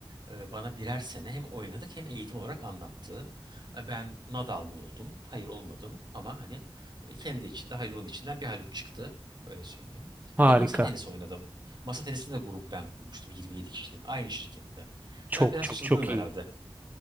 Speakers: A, on the right; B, on the right.
A: e, bana birer sene hem oynadık hem eğitim olarak anlattı. E, Ben Nadal mı oldum? Hayır olmadım ama hani e, kendi içinde Hayrun'un içinden bir Hayruk çıktı. Öyle söyleyeyim.
B: Harika.
A: Bir de masa tenisi oynadım. Masa tenisinde de grubu ben kurmuştum 27 kişilik aynı şirkette.
B: Çok
A: Ben biraz
B: çok
A: çılgınım
B: çok
A: herhalde.
B: iyi.